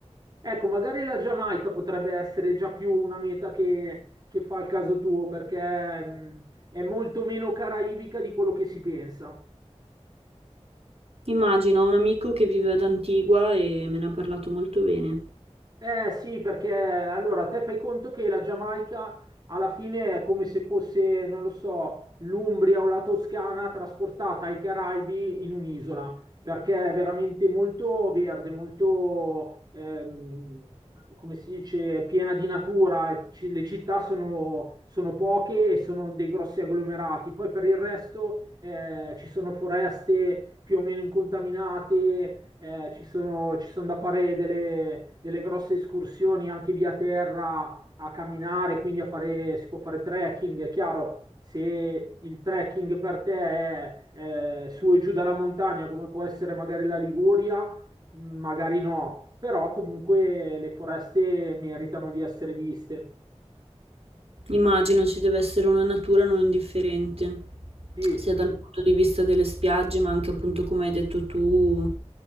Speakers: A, on the right (about 35°); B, on the right (about 60°).
A: Ecco, magari la Giamaica potrebbe essere già più una meta che, che fa il caso tuo, perché mh, è molto meno caraibica di quello che si pensa.
B: Immagino, ho un amico che vive ad Antigua e me ne ha parlato molto bene.
A: Eh sì, perché allora te fai conto che la Giamaica alla fine è come se fosse, non lo so, l'Umbria o la Toscana trasportata ai Caraibi in un'isola perché è veramente molto verde, molto, ehm, come si dice, piena di natura. e ci- Le città sono, sono poche e sono dei grossi agglomerati. Poi per il resto eh, ci sono foreste più o meno incontaminate, eh, ci sono, ci sono da fare delle, delle grosse escursioni anche via terra a camminare, quindi a fare, si può fare trekking, è chiaro, se il trekking per te è, è su e giù dalla montagna, come può essere magari la Liguria, magari no, però comunque le foreste meritano di essere viste.
B: Immagino ci deve essere una natura non indifferente,
A: Sì,
B: sia dal punto di vista delle spiagge, ma anche appunto, come hai detto tu,